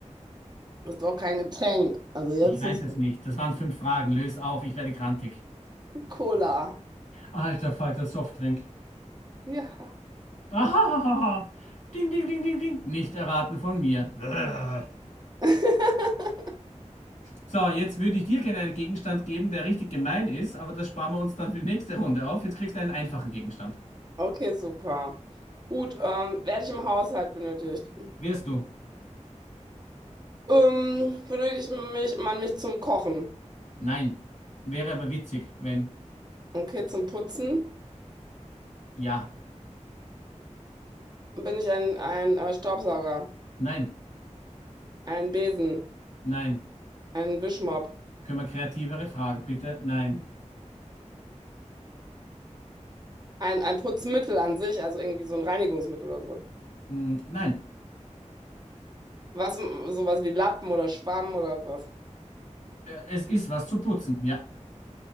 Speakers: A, on the right (about 35°); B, on the left (about 75°).
A: das ist doch kein Getränk. Also jetzt
B: Ich weiß
A: ist es
B: es nicht. Das waren fünf Fragen. Lös auf, ich werde grantig.
A: Cola.
B: Alter Falter, Softdrink. <laughs>
A: Ja.
B: Ah, ding, ding, ding, ding, ding. Nicht erraten von mir. Brrr.
A: <laughs>
B: So, jetzt würde ich dir gerne einen Gegenstand geben, der richtig gemein ist, aber das sparen wir uns dann für die nächste Runde auf. Jetzt kriegst du einen einfachen Gegenstand.
A: Okay, super. Gut, ähm, werde ich im Haushalt benötigt?
B: Wirst du?
A: Ähm, benötigt mich, man mich zum Kochen?
B: Nein. Wäre aber witzig, wenn.
A: Okay, zum Putzen
B: Ja.
A: bin ich ein, ein äh, Staubsauger,
B: Nein.
A: ein Besen,
B: Nein.
A: ein Wischmopp,
B: Können wir kreativere Fragen, bitte? Nein.
A: ein, ein Putzmittel an sich, also irgendwie so ein Reinigungsmittel oder so.
B: Hm, nein.
A: Was, sowas wie Lappen oder Schwamm oder was.
B: Äh, Es ist was zu putzen, ja.